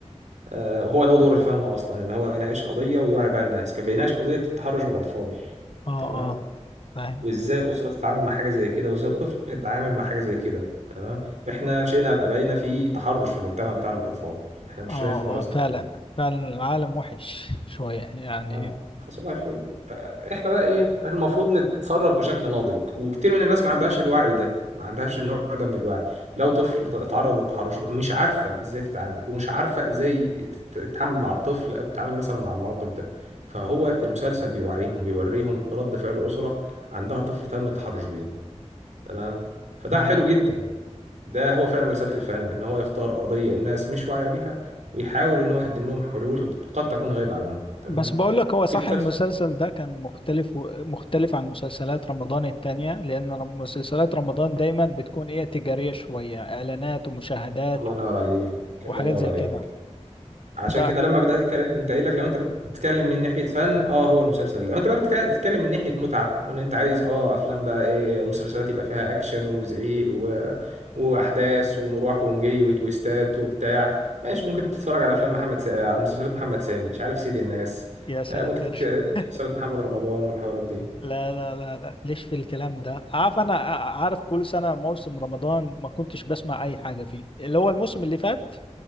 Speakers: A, on the right (about 80°); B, on the left (about 45°).
A: آه، وهو ده دور الفن اصلا ان هو يناقش قضية ويوعي بقى الناس كان بيناقش قضية التحرش بالاطفال
B: اه
A: تمام
B: اه فاهم
A: وازاي الاسرة تتعامل مع حاجة زي كده وازاي الطفل يتعامل مع حاجة زي كده احنا شئنا ام ابينا في تحرش في المجتمع بتاعنا من الاطفال احنا مش
B: اه
A: شايفين راسنا
B: اه فعلا
A: في التراب
B: فعلا العالم وحش شوية يعني
A: اه فصباح الفل آه، احنا بقى ايه احنا المفروض نتصرف بشكل ناضج وكتير من الناس ما عندهاش الوعي ده ما عندهاش النوع ده من الوعي لو طفل ت- اتعرض للتحرش مش عارفه ازاي تتعامل ومش عارفه ازاي تت- تتعامل مع الطفل او تتعامل مثلا مع الموقف ده فهو المسلسل بيوعيهم بيوريهم رد فعل اسره عندها طفل تم التحرش بيه تمام فده
B: تمام
A: حلو جدا ده هو فعلا رسالة الفن ان هو يختار قضية الناس مش واعية بيها ويحاول ان هو يقدم لهم حلول قد تكون غايبة عنهم تمام
B: بس بقول لك هو
A: في
B: صح
A: مسلسل
B: المسلسل ده كان مختلف و... مختلف عن مسلسلات رمضان التانية لأن رم- مسلسلات رمضان دايما بتكون إيه تجارية شوية إعلانات ومشاهدات
A: الله ينور
B: و...
A: عليك
B: وحاجات
A: الله ينور
B: زي
A: عليك
B: كده
A: عشان
B: ف
A: كده لما بدأت الكلام قمت قايل لك لو انت بتتكلم من ناحية فن اه هو المسلسل ده لو انت بقى بتك- بتتكلم من ناحية متعة وان انت عايز اه افلام بقى ايه مسلسلات يبقى فيها اكشن وزعيق و... واحداث ومروح ومجي وتويستات وبتاع ماشي ممكن تتفرج على افلام محمد س... آه، مسلسلات محمد سامي مش عارف سيد الناس
B: يا ساتر
A: آه، ممكن تت...
B: <laughs>
A: مسلسلات محمد رمضان والحوارات دي
B: لا لا لا لا ليش في الكلام ده عارف أنا ع- عارف كل سنة موسم رمضان ما كنتش بسمع أي حاجة فيه اللي هو الموسم اللي فات